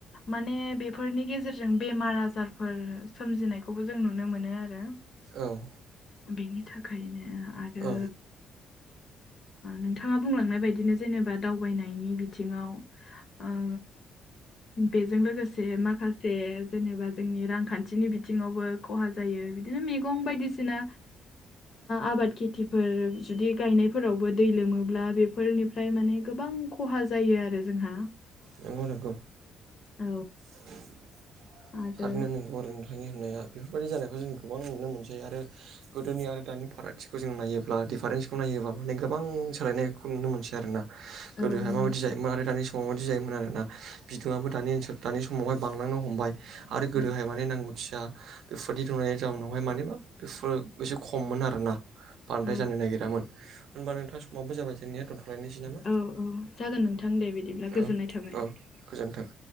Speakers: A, on the left (about 50°); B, on the right (about 80°).
A: माने बेफोरनि गेजेरजों बेमार आजारफोर सोमजिनायखौबो जों नुनो मोनो आरो।
B: औ।
A: बेनि थाखायनो आरो
B: औ
A: नोंथाङा बुंलांनाय बायदिनो जेनेबा दावबायनायनि बि बिथिङाव आ बेजों लोगोसे माखासे जेनेबा जोंनि रांखान्थिनि बिथिङावबो खहा जायो बिदिनो मैगं बायदिसिना आबाद खेथिफोर जुदि गायनायफोरावबो दै लोमोब्ला बेफोरनि फ्राय माने गोबां खहा जायो आरो। जोंहा
B: नंगौ नंगौ।
A: औ
B: <inaudible>
A: आरो
B: थारैनो नंगौ नोंथांनि होननाया बेफोरबायदि जानायखौ जों गोबां नुनो मोनसै आरो गोदोनि आरो दानि फारागथिखौ जों नायोब्ला दिडिफारेन्सखौ नायोब्ला माने गोबां सोलायनायखौ नुनो मोनसै आरो ना। गोदोहाय
A: औ नंगौ
B: माबायदि जायोमोन आरो दानि समाव माबायदि जायोमोन आरोना बिदुङाबो दानि ओनसोल दानि समावहाय बांलांनो हमबाय। आरो गोदोहाय
A: औ
B: माने नांगौथिया बेफोरबायदि नुनायनि जाउनावहाय माने मा बेफोरो एसे खममोन आरोना बांद्राय
A: औ
B: जानाय नागिरामोन होनबा नोंथां समावाबबो जाबाय जोंनिया दोनथ लायनोसै नामा?
A: औ औ जागोन नोंथां दे बिदिब्ला गोजोननाय
B: औ
A: थाबाय।
B: औ गोजोन्थों।